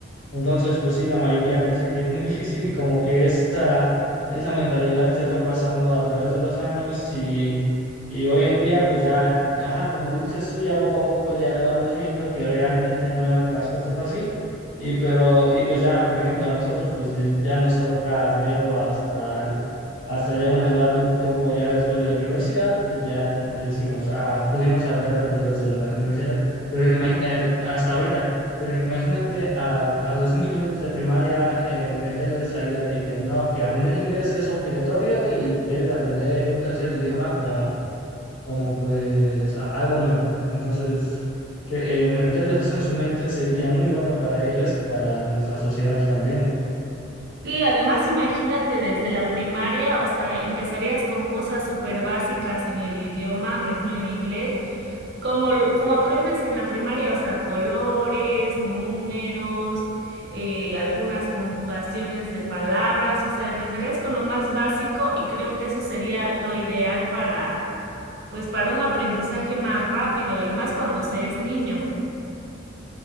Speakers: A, on the left; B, on the right.
A: Entonces, pues sí, la mayoría piensa que es muy difícil y como que esa, esa mentalidad se fue pasando a través de los años y, y hoy en día, pues ya, ajá, como dices tú, ya poco a poco ya vamos viendo que realmente no eran las cosas así. Y pero, y pues ya, por ejemplo, a nosotros, pues ya nos toca verlo hasta, el- hasta ya una edad un poco ya después de la universidad y ya decimos, ah, pudimos haber aprendido desde la universidad, pero imag- eh, hasta ahorita. Pero imagínate a, a los niños de primaria eh, meterles la idea de que no, que aprender inglés es obligatorio y debes de aprender un tercer idioma como, como pues a- algo nuevo. Entonces, que, eh, meterles eso en su mente sería muy bueno para ellos y para nuestra sociedad también.
B: Sí, además imagínate desde la primaria, o sea, empezarías con cosas súper básicas en el idioma, por ejemplo en inglés, como, lo- como aprendes en la primaria, o sea, colores, números, eh, algunas conjugaciones de palabras, o sea, empezarías con lo más básico y creo que eso sería lo ideal para, pues, para un aprendizaje más rápido y más cuando se es niño.